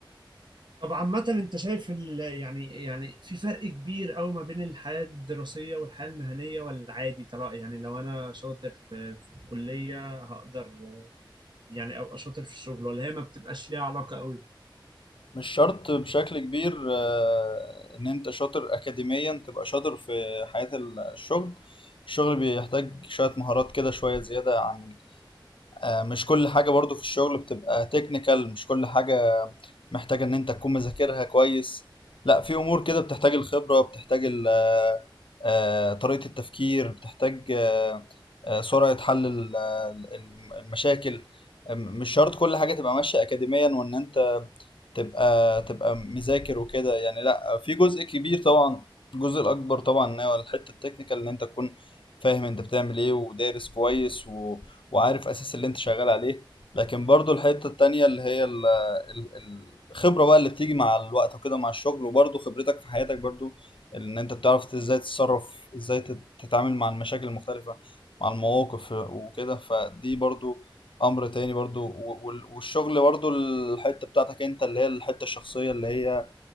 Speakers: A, on the right; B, on the left.
A: طب عامة انت شايف ال... يعني يعني في فرق كبير قوي ما بين الحياة الدراسية والحياة المهنية ولا عادي ترى يعني لو انا شاطر في في الكلية هقدر يعني ابقى شاطر في الشغل ولا هي ما بتبقاش ليها علاقة قوي
B: مش شرط بشكل كبير آه، ان انت شاطر اكاديميا تبقى شاطر في حياة الشغل الشغل بيحتاج شوية مهارات كده شوية زيادة عن آه، مش كل حاجة برضو في الشغل بتبقى تكنيكال مش كل حاجة محتاجة ان انت تكون مذاكرها كويس لا في امور كده بتحتاج الخبرة بتحتاج ال- آه، آه، طريقة التفكير بتحتاج آه، آه، سرعة حل ال- آه، ال- المشاكل آه، مش شرط كل حاجة تبقى ماشية اكاديميا وان انت تبقى تبقى مذاكر وكده يعني لا في جزء كبير طبعا الجزء الاكبر طبعا ان هو الحته التكنيكال ان انت تكون فاهم انت بتعمل ايه ودارس كويس و... وعارف اساس اللي انت شغال عليه لكن برضو الحته التانية اللي هي ال... ال... ال- الخبره بقى اللي بتيجي مع الوقت وكده مع الشغل وبرضو خبرتك في حياتك برضو ان انت بتعرف ازاي تتصرف ازاي تت- تتعامل مع المشاكل المختلفه مع المواقف وكده فدي برضو امر تاني برضو و- وال- والشغل برضو الحته بتاعتك انت اللي هي الحته الشخصيه اللي هي